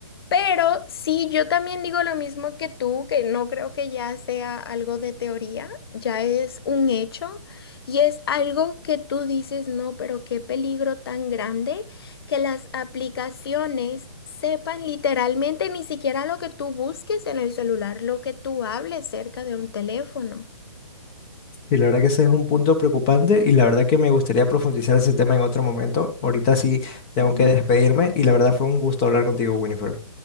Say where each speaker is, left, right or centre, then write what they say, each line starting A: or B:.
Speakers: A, on the left; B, on the left.
A: pero sí, yo también digo lo mismo que tú, que no creo que ya sea algo de teoría, ya es un hecho y es algo que tú dices, no, pero qué peligro tan grande que las aplicaciones sepan literalmente ni siquiera lo que tú busques en el celular, lo que tú hables cerca de un teléfono.
B: Y la verdad que ese es un punto preocupante y la verdad que me gustaría profundizar ese tema en otro momento. Ahorita sí tengo
A: Ujú.
B: que despedirme y la verdad fue un gusto hablar contigo, Winifred.